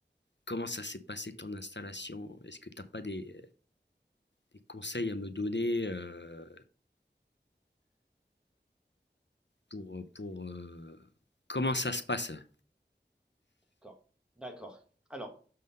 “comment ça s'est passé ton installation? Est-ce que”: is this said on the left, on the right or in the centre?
Left